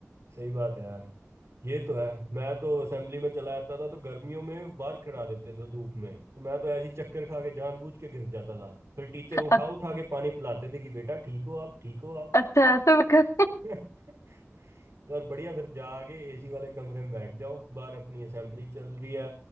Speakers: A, on the right; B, on the left.
A: सही बात है यार ये तो है मैं तो असेंबली में चला जाता था तो गर्मियों में बाहर खड़ा देते थे धूप में तो मैं तो ऐसी चक्कर खा के जानबूझ के गिर जाता था फिर टीचर उठा
B: अ-
A: उठा के पानी पिलाते थे कि बेटा ठीक हो आप ठीक हो आप
B: अच्छा ऐसे भी कर <laughs>
A: <laughs> तो यार बढ़िया फिर जाके एसी वाले कमरे में बैठ जाओ बाहर अपनी असेंबली चल रही है